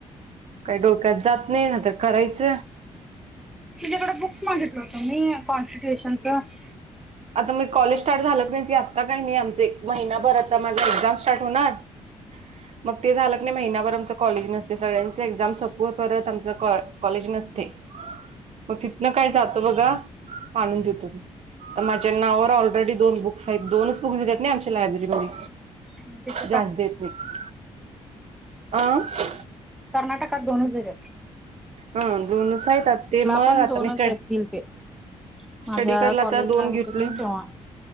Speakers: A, on the right; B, in the centre.
A: काय डोक्यात जात नाई आता करायच
B: तुझ्याकड बुक्स मागितलं होत मी कॉन्स्टिट्युशनच.
A: आता मी कॉलेज स्टार्ट झालं की <unintelligible> की आत्ता काय मी आमचे महिनाभर आता माझा एक्झाम स्टार्ट होणार. मग ते झालं कणी महिनाभर आमच कॉलेज नसत सगळ्यांन एक्झाम सपव परत आमच काँ-कॉलेज नसतय. मग तिथनं काय जातो बघा आणून देतो की. त माझ्या नावावर ऑलरेडी दोन बुक्स हायत दोनच बुक्स देतात नाय आमच्या लायब्ररीमध्ये.
B: <unintelligible>
A: जास्त देत नाहीत अ
B: करर्नाटकात दोनच देत्यात.
A: ह दोनच हाईत. त ते मग
B: पण
A: आता
B: दोनच
A: मी स्टडी
B: देतील ते
A: <inaudible>
B: माझ्या
A: स्टडी कराला
B: कॉलेजला
A: आता दोन
B: होतो
A: घेतलोय
B: की नाही
A: मी.
B: तेव्हा